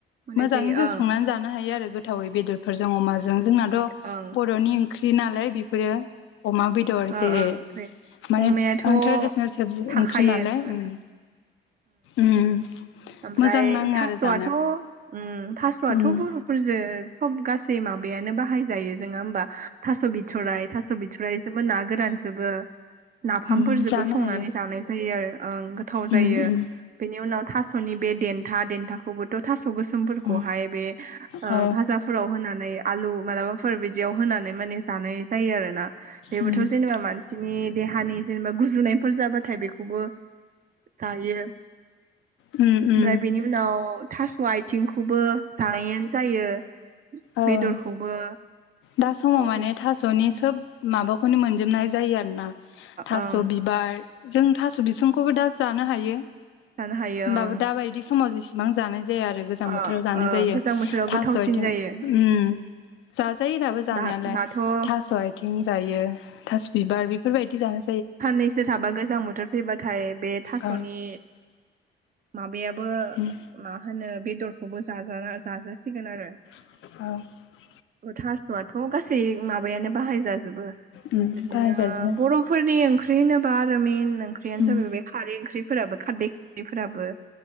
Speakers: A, on the right; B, on the left.
A: मोननाय
B: मोजाङै
A: जायो
B: जों
A: ओं
B: संनानै जानो हायो आरो गोथावै बेदरफोरजों अमाजों जोंनाथ'
A: ओं ओं
B: बर'नि ओंख्रि नालाय बेफोरो अमा बेद बेदर
A: ओ
B: जेरै
A: ओं ओंख्रि
B: माने
A: अमायाथ'
B: ओ ट्रेडिसनेल सबजि
A: थाखायो
B: ओंख्रि नालाय
A: खोमा
B: उम। उम
A: आमफ्राय
B: मोजां नाङो
A: थास'आथ'
B: आरो जानो
A: उम थास'आथ'
B: उम
A: बर' फोरजो सब गासै माबायानो बाहाय जायो जों नङा होमबा थास' बिथ'राइ थास' बिथराइ जोबो ना गोरानजोबो नाफामफोरजोबो
B: उम जानो
A: संनानै
B: हायो
A: जानाय जायो आरो ओं गो थाव जायो
B: उम उम
A: बेनि उनाव थास'नि बे देन्था देन्थाखौबोथ' थास' गोस सोमफोरखौहाय
B: उम
A: बे
B: औ
A: फाजा फोराव होनानै आलु मालाबाफोर बिदियाव होनानै माने जानाय जायो आरो ना। बेबोथ'
B: ओं
A: जेनेबा मानसिनि देहानि जेनेबा गुजुनायफोर जाबाथाय बेखौबो जायो ओमफ्राय
B: ओं
A: बेनि उ उनाव थास' आइथिंखौबो जानायानो जायो।
B: ओं
A: बेदरखौबो।
B: दा समाव
A: थ' ओ
B: माने थास'नि सोब माबाखौनो मोनजोबनाय जायो आरोना थास'
A: ओं
B: बिबार जों थास' बिसंखौबो दा जानो हायो। होमबाबो
A: जानो हायो ओं
B: दाबायदि समाव जिसेबां जानाय जाया आरो। गोजां
A: अ
B: बोथोराव जानाय
A: ओ
B: जायो
A: गोजां बोथोराव
B: थास'
A: गोथावसिन
B: आइथिं
A: जायो
B: उम जाजायो दाबो जानायालाय
A: दा दाथ' ओ
B: थास' आइथिं जायो थास बिबार बेफोरबायदि जागा
A: साननैसो साबा गोजां बोथोर फैबाथाय बे थास'नि
B: औ
A: माबायाबो
B: उम
A: मा होनो बेदरखौबो जाजा-जासिगोन आरो।
B: <unintelligible>
A: थास'याथ' गासै माबायानो बाहाय जाजोबो
B: उम
A: बिदिनो
B: बाहायजाजोबो
A: बर' फोरफोरनि ओंख्रि होनोबा आरो मेन ओंख्रियानो
B: उम
A: जाबाय बे खारै ओंख्रिफोराबो खारदै खारैफोराबो‌‌